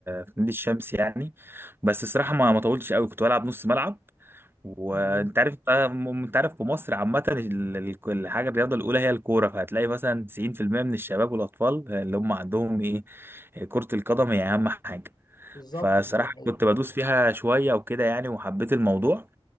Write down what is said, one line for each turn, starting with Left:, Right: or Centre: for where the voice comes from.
Right: في نادي الشمس يعني بس الصراحه ما ما طولتش قوي كنت بلعب نص ملعب وانت
Left: تمام
Right: عارف انت عارف في مصر عامه ال- ال- الحاجه الرياضه الاولى هي الكوره فهتلاقي مثلا 90% من الشباب والاطفال اللي هم عندهم ايه كره القدم هي اهم حاجه
Left: بالظبط
Right: فصراحة
Left: هو ده الحقيقة.
Right: كنت بدوس فيها شوية وكده يعني وحبيت الموضوع